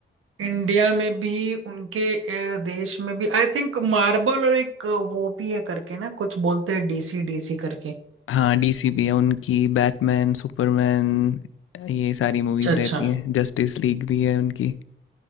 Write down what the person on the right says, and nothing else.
इंडिया में भी उनके अ, देश में भी आई थिंक मार्बल और एक अ, वो भी है करके ना कुछ बोलते हैं डीसी डीसी करके
अच्छा अच्छा